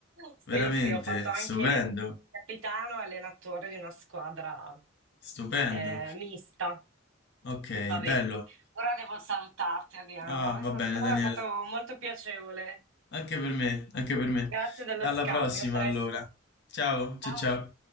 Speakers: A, on the right; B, on the left.
A: sì,
B: veramente
A: sì, ho fatto anche
B: stupendo,
A: capitano e allenatore di una squadra
B: stupendo.
A: eh, mista.
B: Ok,
A: Vabbè,
B: bello.
A: ora devo salutarti, Adriano,
B: Ah,
A: è
B: va
A: sta-
B: bene,
A: però
B: Daniele.
A: è stato molto piacevole.
B: Anche per me, anche per me.
A: Grazie dello
B: Alla
A: scambio,
B: prossima,
A: a presto.
B: allora. Ciao, ciao,
A: Ciao.
B: ciao.